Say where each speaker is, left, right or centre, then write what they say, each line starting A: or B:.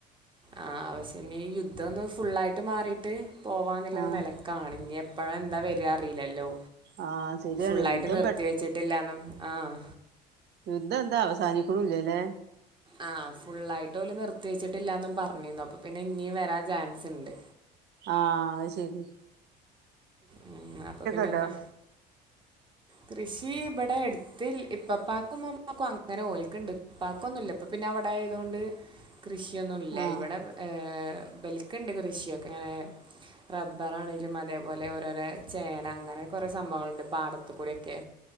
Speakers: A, on the right (about 25°); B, on the right (about 55°).
A: ആ ആശ്യഈ യുദ്ധം ഒന്ന് ഫുള്ളായിട്ട് മാറിട്ട് പോവാന്നില്ല
B: ആഹ്
A: നല കാണി ഞ്ഞഎപ്പഴ എന്താ വര അറില്ലല്ലോ
B: ആഹ് ശരിയാണ്
A: ഫുുള്ളായിട്ട്
B: യുദ്ധം
A: നിർത്തി
B: പെ
A: വെ ച്ചിട്ടില്ലാ ന്നും ആഹ്
B: യുദ്ധ എന്താ അവസാനിക്കുണു ഇല്ലലേ
A: ആ ഫുള്ളായിട്ട് ഓല് നിർത്തി വെച്ചിട്ടില്ലന്നു പറഞ്ഞിന്നു അപ്പൊ പിന്നെ ഇഞ്ഞി വരാൻ ചാൻസ് ഇണ്ട്
B: ആഅഹ് ശെരി
A: ഉം അപ്പൊ പിന്നെന്നാ
B: ഉണ്ടോ
A: കൃഷി ഇവിടെ എടുത്തിൽ ഇപ്പപ്പാക്കും ഇമ്മമാക്കും അങ്ങനെ ഓലിക്കുണ്ട്. ഇപ്പാക്കൊന്നുല്ല ഇപ്പൊ പിന്നെ അവിടെ ആയതുകൊണ്ട് കൃഷിയൊന്നുല്ല.
B: ആഹ്
A: ഇവിടെ ഇബെൽക്ക് ണ്ട് കൃഷിയൊക്കെ റബ്ബറാണെങ്കിലും മല ഒലോപോലെ ഓരോരോ ചേന അങ്ങനെ കുറെ സംഭവങ്ങളുണ്ട് പാടത്തു കൂടിഒ ക്കെ